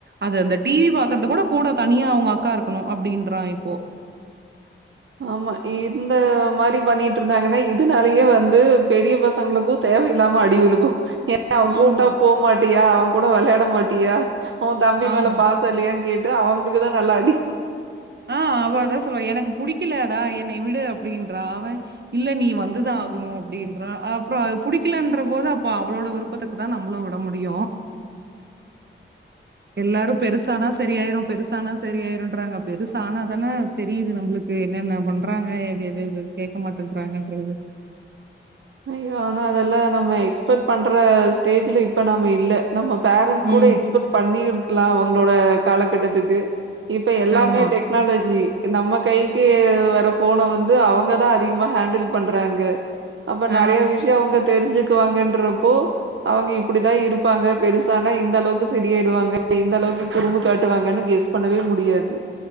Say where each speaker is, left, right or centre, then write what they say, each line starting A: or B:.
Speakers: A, on the right; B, on the right.
A: அது அந்த டிவி பாக்குறது கூட கூட தனியா அவுங்க அக்கா ருக்கணு அப்டின்றா இப்போ
B: ஆமா இந்த மாரி பண்ணிட்டு இருந்தாங்கனா இதனாலயே வந்து பெரிய பசங்களுக்கு தெ தேவை இல்லாம அடி விழுகு ஏன் அவ கூப்டா
A: ஆமா,
B: போகமாட்டியா அவன் கூட விளையாட மாட்டியா ஓன் தம்பி
A: ஆமா.
B: மேல பாச இல்லயான்னு கேட்டு அவுங்களுக்கு தா நல்ல அடி
A: ஆ அவ அதா சொல்லுவா எனக்கு புடிக்கலதா என்னை விடு அப்டின்றா அவன் இல்ல நீ வந்துதா ஆகணு அப்டின்றா அப்புற புடிக்கலன்ற போது அப்ப அவளோட விருப்பத்துக்கு தா நம்மளு விட முடியு எல்லாரு பெருசானா சரியாயிரு பெருசானா சரியாயிருன்றாங்க பெருசு ஆனா தானே தெரியுது நம்பளுக்கு என்னென்ன பண்றாங்க எது எது எது கேக்க மாட்டேன்றாங்கன்றது
B: ஐயோ ஆனா அதெல்லா நம்ம எக்ஸ்பெக்ட் பண்ற ஸ்டேஜ்ல இப்ப நாம இல்ல நம்ம பேரண்ட்ஸ்
A: ம்.
B: கூட எக்ஸ்பெக்ட் பண்ணி இருக்கலா அவங்களோட காலகட்டத்துக்கு இப்ப எல்லாமே
A: ஆமா.
B: டெக்னாலஜி நம்ம கைக்கு வர போன வந்து அவுங்கதா அதிகமா ஹேண்டில் பண்றாங்க அப்ப
A: ஆ.
B: நெறய விஷய அவுங் தெரிஞ்சுக்குவாங்கன்றப்போ அவுங்க இப்டிதா இருப்பாங்க பெருசானா இந்த அளவுக்கு சரியாயிடுவாங்க இந்த அளவுக்கு குரும்பு காட்டுவாங்கன்னு கெஸ் பண்ணவே முடியாது